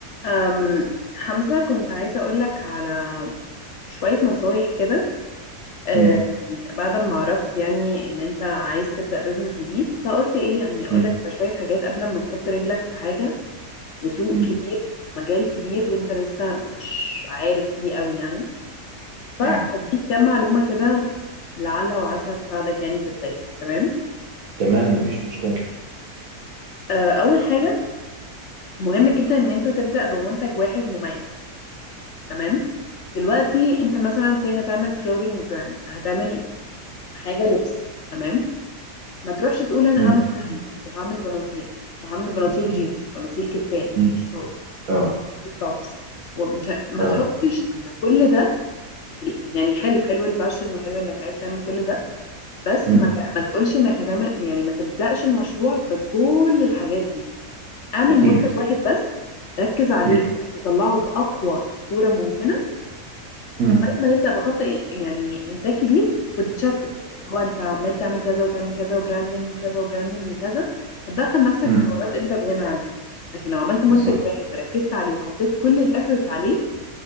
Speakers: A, on the left; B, on the right.
A: أم حمزة كنت عايزة أقولك على شوية نصايح كده أم،
B: مم.
A: بعد ما عرفت يعني إن أنت عايز تبدأ بيزنس جديد فقلت إيه يعني أقولك
B: مم.
A: على شوية حاجات قبل ما تحط رجلك في حاجة وسوق
B: مم.
A: كبير مجال كبير وأنت لسه مش عارف فيه أوي يعني فهديك
B: مم. مم.
A: كام معلومة كده لعل وعسى تساعدك يعني في بدايتك تمام
B: تمام مفيش مشكلة
A: أه، أول حاجة مهم جدا إن أنت تبدأ بمنتج واحد مميز تمام دلوقتي انت مثلا سي هتعمل كلودينج براند هتعمل حاجه لبس تمام ما تروحش تقول انا
B: مم.
A: هعمل هوديز وهعمل بناطيل وهعمل بناطيل
B: مم.
A: جينز بناطيل كتان
B: مم.
A: وشورت
B: اه
A: تيك توبس ومش ه- ما
B: اه
A: تحطش كل ده في- يعني حلو حلو الباشن وحلو انك عايز تعمل كل ده بس
B: مم.
A: ما ت- ما تقولش انك هتعمل يعني ما تبدأش المشروع بكل الحاجات دي اعمل
B: اكيد
A: منتج واحد بس ركز عليه
B: مم.
A: في انك تطلعه باقوى صورة ممكنة
B: مم.
A: بدل ما تبدا بخط يعني انتاج كبير وتتشتت اللي هو انت عمال تعمل كذا وتعمل كذا وبراندنج لكذا وبراندنج لكذا هتدخل نفسك
B: مم.
A: في حوارات انت في غنى عنها لكن لو عملت منتج
B: بالظبط
A: واحد وركزت عليه وحطيت كل الافورت عليه